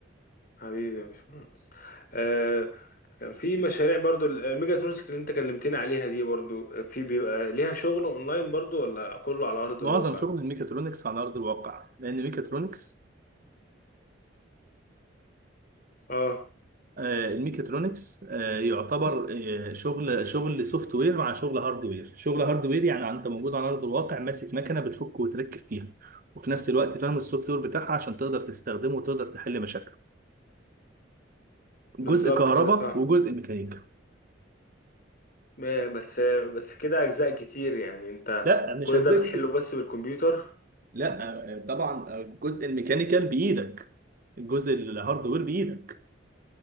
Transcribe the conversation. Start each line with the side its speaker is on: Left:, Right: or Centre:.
Left: حبيبي يا باشمهندس آه كان في مشاريع برضو ال- الميجاترونكس اللي انت كلمتني عليها دي برضو في بيبقى ليها شغل اونلاين برضو ولا كله على ارض
Right: معظم
Left: الواقع
Right: شغل الميكاترونكس على ارض الواقع لان الميكاترونكس
Left: اه
Right: آه الميكاترونكس آه يعتبر آه شغل شغل سوفت وير مع شغل هارد وير شغل هارد وير يعني انت موجود على ارض الواقع ماسك مكنه بتفك وتركب فيها وفي نفس الوقت فاهم السوفت وير بتاعها عشان تقدر تستخدمه وتقدر تحل مشاكله جزء
Left: بالظبط
Right: كهرباء
Left: كده فاهم
Right: وجزء ميكانيكا
Left: آه، بس بس كده اجزاء كتير يعني انت
Right: لا مش
Left: كل
Right: اجزاء
Left: ده بتحله بس بالكمبيوتر
Right: لا آه، طبعا الجزء الميكانيكال بايدك الجزء الهاردوير بايدك